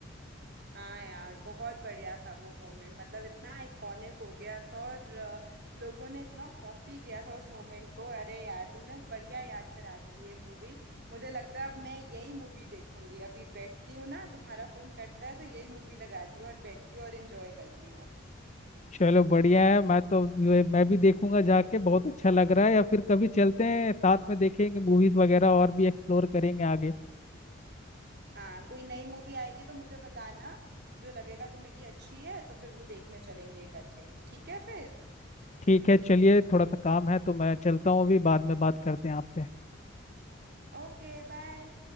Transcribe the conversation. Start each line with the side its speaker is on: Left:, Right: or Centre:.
Right: हाँ यार बहुत बढ़िया था वो मोमेंट मतलब इतना आइकॉनिक हो गया था और अ, लोगों ने इतना कॉपी किया था उस मोमेंट को अरे यार तुमने बढ़िया याद करा दी ये मूवी मुझे लगता है अब मैं यही मूवी देखूंगी अभी बैठती हूँ ना तुम्हारा फोन कटता है तो यही मूवी लगाती हूँ और बैठती हूँ और एंजॉय करती हूँ
Left: चलो बढ़िया है मैं तो मैं भी देखूंगा जाके बहुत अच्छा लग रहा है या फिर कभी चलते हैं साथ में देखेंगे मूवीज वगैरह और भी एक्सप्लोर करेंगे आगे
Right: हाँ कोई नई मूवी आएगी तो मुझे बताना जो लगेगा तुम्हें कि अच्छी है तो फिर वो देखने चलेंगे इकट्ठे ठीक है फिर
Left: ठीक है चलिए थोड़ा सा काम है तो मैं चलता हूँ अभी बाद में बात करते हैं आपसे
Right: Okay bye